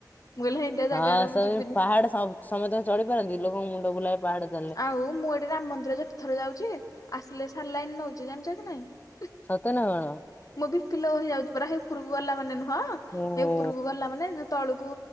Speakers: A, on the left (about 50°); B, on the left (about 20°).
A: ମୁଁ କହିଲି ହେମିତିଆ ଜାଗାରା
B: ହଁ
A: ମୁଁ
B: ସେ
A: ଯିବିନି।
B: ପାହାଡ ସମତେ ଚଢିପାରନ୍ତି କି ଲୋକଙ୍କ ମୁଣ୍ଡ ବୁଲାଏ। ପାହାଡ ଚାଲିଲେ
A: ଆଉ ମୁଁ ଏଠି ରାମ ମନ୍ଦିର ଯେତେଥର ଯାଉଛି ଆସିଲେ ସାଲାଇନ ନଉଛି ଜାଣିଛ କି ନାଇଁ।
B: ସତେ ନା କଣ?
A: ମୁଁ ବି କିଲୋ ହେଇଯାଉଛି ପୁରା ହେଇ ଉପରକୁ ଗଲା ମାନେ ନୁହଁ
B: ଓହୋ
A: ହେଇ ଉପରକୁ ଗଲା ମାନେ ତଳୁକୁ